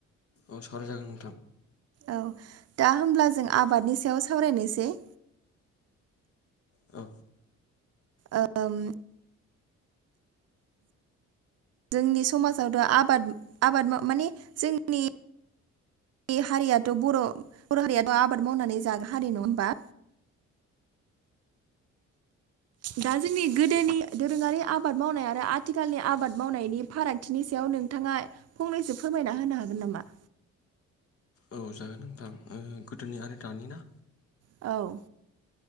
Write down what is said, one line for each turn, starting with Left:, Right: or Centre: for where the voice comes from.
Left: औ सावराय जागोन नोंथां
Right: औ दा होमब्ला जों आबादनि सायाव सावरायनोसै
Left: औ
Right: ओ ओम जोंनि समाजावथ आबाद आबाद माने जोंनि हारियाथ बर बर हारियाथ' आबाद मावनानै जाग्रा हारि नङा होनोमबा? दा जोंनि गोदोनि दोरोङारि आबाद मावनाय आरो आथिखालनि आबाद मावनायनि फारागथिनि सायाव नोंथाङा फंनैसो फोरमायना होनो हागोन नामा?
Left: औ जागोन नथां ओ गोदोनि आरो दानि ना?
Right: औ